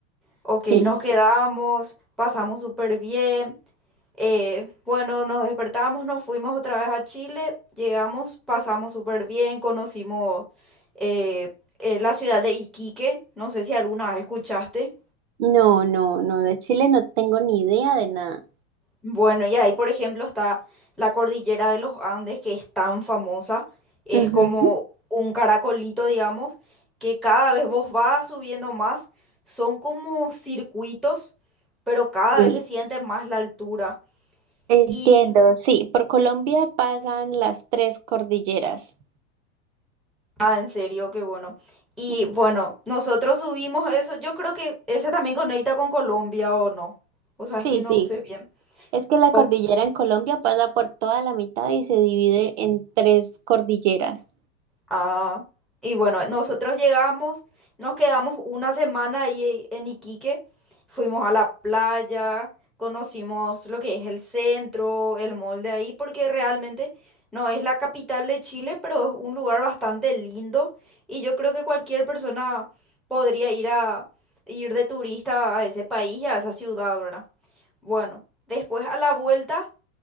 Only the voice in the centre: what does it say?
Ok,
nos quedamos, pasamos súper bien. eh, bueno, nos despertamos, nos fuimos otra vez a Chile, llegamos, pasamos súper bien, conocimos eh, eh, la ciudad de Iquique, no sé si alguna vez escuchaste.
Bueno, y ahí, por ejemplo, está la cordillera de los Andes, que es tan famosa. Es
como un caracolito, digamos, que cada vez vos vas subiendo más. Son como circuitos, pero cada
vez se siente más la altura.
Y,
ah, en serio, qué bueno. Y
bueno, nosotros subimos eso. Yo creo que ese también conecta con Colombia, ¿o no? O sea, es
que no
sé bien.
Ok.
Ah, y bueno, nosotros llegamos, nos quedamos una semana ahí en Iquique, fuimos a la playa, conocimos lo que es el centro, el mall de ahí, porque realmente no es la capital de Chile, pero es un lugar bastante lindo y yo creo que cualquier persona podría ir a ir de turista a ese país y a esa ciudad, ¿verdad? Bueno, después a la vuelta